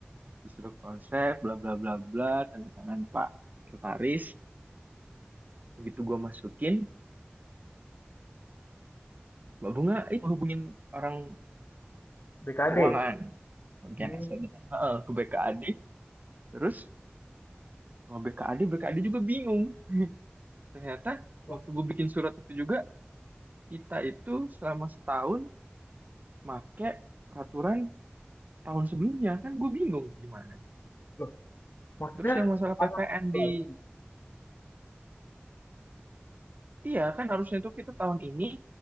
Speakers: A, on the right; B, on the left.
A: disuruh konsep bla bla bla bla tanda tangan Pak Kertaris begitu gue masukin Mbak Bunga itu hubungin orang
B: BKD.
A: keuangan bagian
B: Hmm.
A: asetnya Heeh, ke BKAD terus sama BKAD BKAD juga bingung ternyata
B: Wah,
A: waktu gue bikin surat itu juga kita itu selama setahun make peraturan tahun sebelumnya kan gue bingung gimana
B: loh. Maksudnya
A: terus yang masalah PPN
B: ada produk baru
A: di
B: gitu.
A: iya kan harusnya itu kita tahun ini